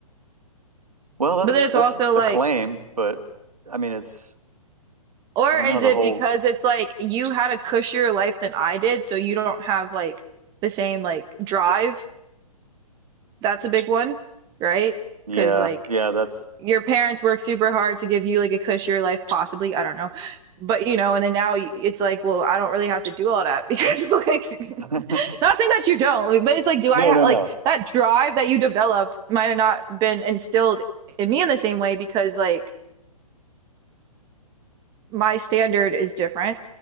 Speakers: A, on the right (about 70°); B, on the right (about 20°).
A: Well, that's
B: But then it's
A: that's
B: also
A: the
B: like,
A: claim, but I mean, it's
B: or
A: I don't
B: is
A: know the
B: it
A: whole.
B: because it's like you had a cushier life than I did, so you don't have like the same like drive? That's a big one, right?
A: Yeah,
B: Because like
A: yeah, that's
B: your parents work super hard to give you like a cushier life, possibly, I don't know. But you know, and then now y- it's like, well, I don't really have to do all that <laughs> because like
A: <laughs>
B: Not saying that you don't, but it's like, do
A: no,
B: I ha
A: no,
B: like
A: no.
B: that drive that you developed might have not been instilled in me in the same way because like my standard is different,